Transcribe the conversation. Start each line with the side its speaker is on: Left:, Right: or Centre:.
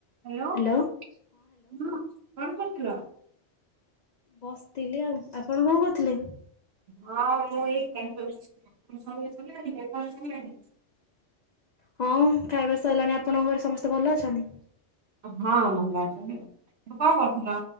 Right: ହାଲୋ ହଁ
Left: ହ୍ୟାଲୋ
Right: କଣ କରୁଥିଲ?
Left: ବସିଥିଲି ଆଉ ଆପଣ କଣ କହୁଥିଲେ?
Right: ହଁ ମୁଁ ଏଇ ଖାଇଛି ଆଲ ବିଲଣି <unintelligible>
Left: ହଁ ଖାଇବା ସରିଲାଣି ଆପଣଙ୍କ ଘରେ ସମସ୍ତେ ଭଲ ଅଛନ୍ତି।
Right: ହଁ ଭଲ ଅଛନ୍ତି। କଣ କରୁଥିଲ